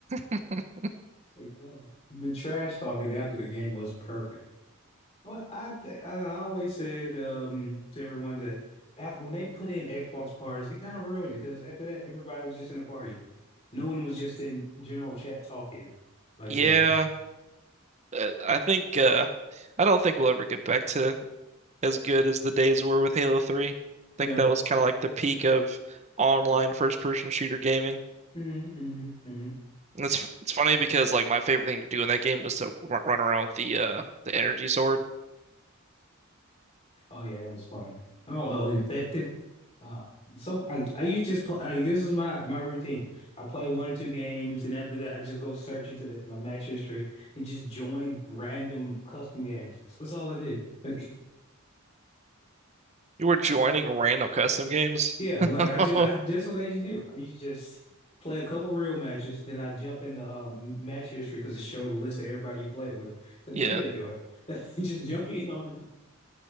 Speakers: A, on the right; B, on the left.
A: <laughs>
B: Like, uh, the trash talking after the game was perfect. Well, I th I always said um to everyone that after when they put in Xbox parties, it kind of ruined it because after that everybody was just in a party. No one was just in general chat talking like
A: Yeah,
B: they were.
A: uh, I think uh I don't think we'll ever get back to as good as the days were with Halo 3. I think
B: Yeah.
A: that was kind of like the peak of online first-person shooter gaming.
B: hmm hmm hmm
A: And it's it's funny because like my favorite thing to do in that game was to r run around with the uh the energy sword.
B: Oh yeah, it was fun. Oh, oh, infected. Uh, so I I usually just play. I, this is my my routine. I play one or two games, and after that, I just go search into the, my match history and just join random custom games. That's, that's all I did. Like,
A: You were joining
B: <laughs>
A: random custom games.
B: yeah,
A: <laughs>
B: like I just I that's what I used to do. I used to just play a couple real matches, then I jump into um, match history because it showed a list of everybody you played with. It's like,
A: Yeah,
B: what are they doing? <laughs> Just jump in on them.